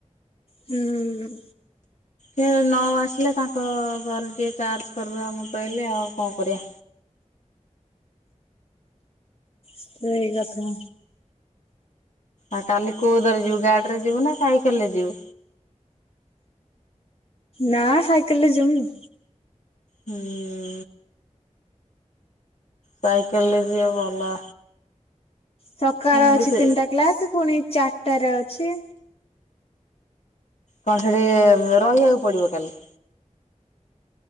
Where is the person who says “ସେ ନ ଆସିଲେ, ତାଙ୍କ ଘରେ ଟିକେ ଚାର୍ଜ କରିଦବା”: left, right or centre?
Left